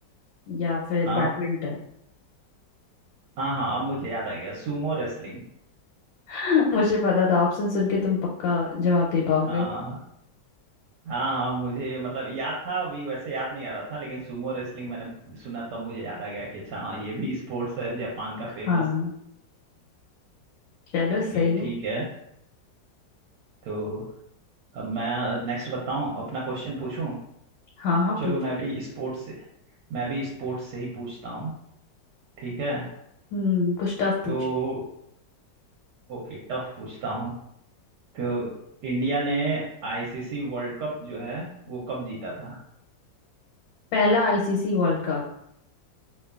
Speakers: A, on the left (about 85°); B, on the right (about 75°).
A: या फिर
B: हाँ
A: बैडमिंटन
B: हाँ हाँ अब मुझे याद आ गया सुमो रेसलिंग
A: <laughs> मुझे पता था ऑप्शन सुन के तुम पक्का जवाब दे पाओगे
B: हाँ हाँ हाँ मुझे मतलब याद था अभी वैसे याद नहीं आ रहा था लेकिन सुमो रेसलिंग मैंने सुना तब मुझे याद आ गया कि अच्छा हाँ ये भी स्पोर्ट्स है जापान का फेमस
A: हाँ चलो
B: ओके
A: सही है
B: ठीक है तो अब मैं नेक्स्ट बताऊं अपना क्वेश्चन पूछूं
A: हाँ हाँ
B: चलो
A: पूछ
B: मैं भी स्पोर्ट्स से मैं भी स्पोर्ट्स से ही पूछता हूं ठीक है
A: हम्म कुछ टफ
B: तो
A: पूछ
B: ओके टफ पूछता हूं तो इंडिया ने आईसीसी वर्ल्ड कप जो है वो कब जीता था
A: पहला आईसीसी वर्ल्ड कप